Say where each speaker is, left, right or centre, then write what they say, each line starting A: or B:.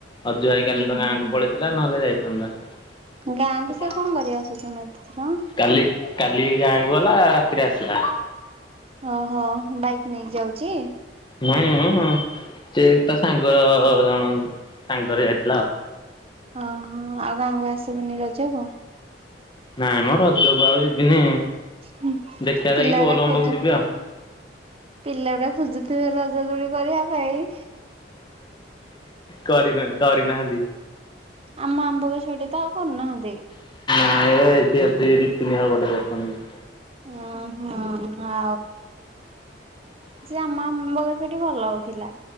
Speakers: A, on the left (about 25°); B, on the right (about 30°).
A: ଅଜୁ ଭାଇ
B: ହୁଁ
A: କାଲି ତାଙ୍କ ଗାଁକୁ
B: ହୁଁ
A: ପଳେଇଥିଲା ନହେଲେ ଯାଇଥାନ୍ତା।
B: ଗାଁକୁ ସେ କଣ କରି ଆସୁଛି ମତେ ଥର
A: କାଲି କାଲି ଗାଁକୁ ଗଲା ରାତିରେ ଆସିଲା,
B: ଓହୋ ବାଇକ ନେଇକି ଯାଉଛି
A: ନାହିଁ ଉଁ, ଉଁ, । ସିଏ ତା ସାଙ୍ଗ ଜଣ ସାଙ୍ଗରେ ଯାଇଥି
B: ଓହୋ ଆଉ ଗାଁକୁ ଆସିବୁନି ରଜକୁ?
A: ନାଇଁ ମୋ ରଜକୁ ଆଉ ଯିବିନି।
B: ହୁଁ
A: ଦେଖିବା ଯାଇକି
B: ପିଲା ଗୁଡା
A: ବୋଲବମକୁ
B: ଖୋଜୁଥି,
A: ଯିବି ଆଉ।
B: ପିଲା ଗୁଡା ଖୋଜୁଥିବେ ରଜ ଦୋଳି କରିବା ପାଇଁ।
A: କରିନେ କରି ନାହାନ୍ତି।
B: ଆମ ଆମ୍ବ ଗଛ ଆଡେ ତ ଆଉ କରୁନାହାନ୍ତି।
A: ନାଇଁ ଏବେ ଏଇଠି ଅଛି ଏଇ ଦି ତିନି ହବ ଗୋଟେ ଗଛ ନେଇ <inaudible>
B: ଅଁ, ହଁ, ଆ ଆମ ଆମ୍ବ ଗଛଟି ଭଲ ହଉଥିଲା।